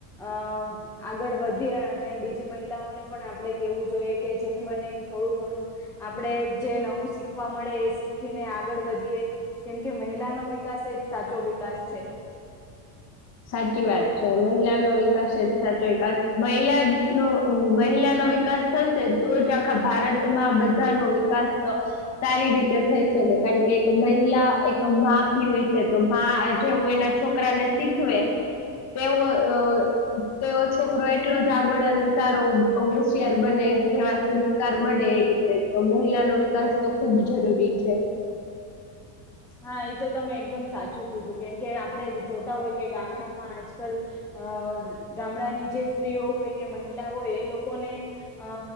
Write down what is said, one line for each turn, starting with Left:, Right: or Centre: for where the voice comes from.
Centre: અમ આગળ વધીએ અને બીજી મહિલાઓને પણ આપડે કેવું જો ઈએ કે જેમ બને એમ થોડું ઘણું આપણે જે નવું શીખ ખવા મળે એ શીખીને આગળ વધીએ કેમ કે મહિલાનો વિકાસ એજ સાચો વિકાસ છે
Left: સાચી વાત છે, મહિલાનો વિકાસ એ જ સાચો વિકાસ મહિલાનો અ મહિલાનો તો વિકાસ થશે તો જ આખા ભારતમાં બધા નો વિકાસ સારી રીતે થઈ શ કે કારણ કે એક મહિલા એક મા ભી હોય છે તો મા જેવું એના છોકરા ને શીખવે તેવો અ તેવો છોકરો એટલો જ આગળ અને સારો હોશિયાર બને જેવા સંસ્કાર મળે એ રીતે તો મહિલાનો વિકાસ તો ખુબ જરૂરી છે,
Centre: હા એ તો તમે એકદમ સાચું કીધું કેમ કે આપ પણે જોતા હોય કે ગામડામાં આજકાલ અ ગામડાની જે સ્ત્રીઓ હોય કે મહિ લા હોય એ લોકોને અ